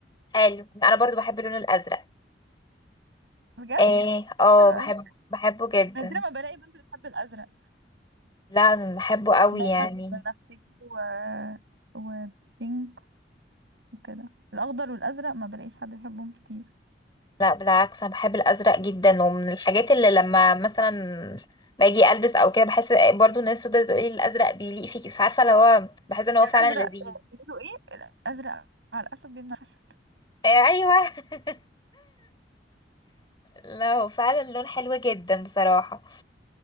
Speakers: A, on the left; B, on the right.
A: حلو انا برضو بحب اللون الازرق
B: <laughs> بجد
A: اه اه
B: حلو
A: بحب
B: قوي
A: بحبه جدا
B: نادرا ما بلاقي بنت بتحب الازرق
A: لا انا بحبه قوي
B: دايما
A: يعني
B: بنفسجي و... وبينك وكده الاخضر والازرق ما بلاقيش حد بيحبهم كتير
A: لا بالعكس انا بحب الازرق جدا ومن الحاجات اللي لما مثلا باجي البس او كده بحس برضو الناس تفضل تقول لي الازرق بيليق فيكي فعارفه اللي هو بحس ان هو
B: الازرق
A: فعلا لذيذ
B: آه، بيقولوا ايه الازرق على الاسد بيمنع الحسد
A: آه، ايوه <laughs> لا هو فعلا لون حلو جدا بصراحه